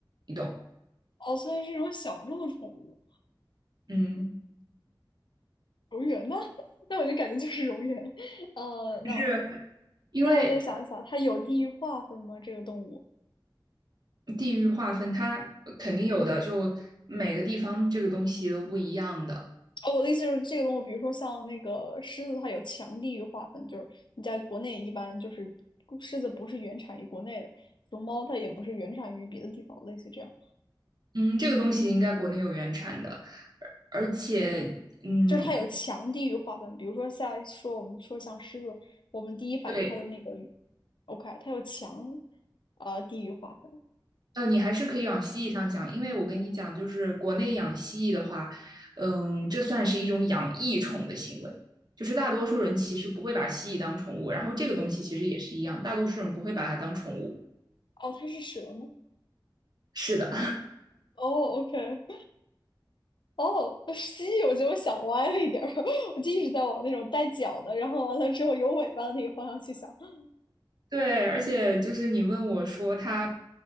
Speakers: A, on the right (about 55°); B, on the left (about 70°).
A: 你懂？
B: 哦，虽然是一种小众宠物，
A: 嗯，
B: 蝾螈呢？<laughs> 那我就感觉就是蝾螈。呃，那我
A: 就是因为
B: 那我再想一想，它有地域划分吗？这个动物？
A: 地域划分，它肯定有的，就每个地方这个东西都不一样的。
B: 哦，我的意思是，这个动物，比如说像那个狮子，它有强地域划分，就是你在国内一般就是狮子不是原产于国内的，熊猫它也不是原产于别的地方，类似这样。
A: 嗯，这个东西应该国内有原产的，而而且，嗯，
B: 就是它有强地域划分，比如说像说我们说像狮子，我们第一反应它的那个语
A: 对，
B: ，OK，它有强呃地域划分。
A: 呃，你还是可以往蜥蜴上想，因为我跟你讲，就是国内养蜥蜴的话，嗯，这算是一种养异宠的行为，就是大多数人其实不会把蜥蜴当宠物，然后这个东西其实也是一样，大多数人不会把它当宠物。
B: 哦，它是蛇吗？
A: 是的，
B: 哦，OK，哦，蜥蜴，我觉得我想歪了一点儿，<laughs> 我就一直在往那种带脚的，然后完了之后有尾巴的那个方向去想。<laughs>
A: <laughs> 对，而且就是你问我说它，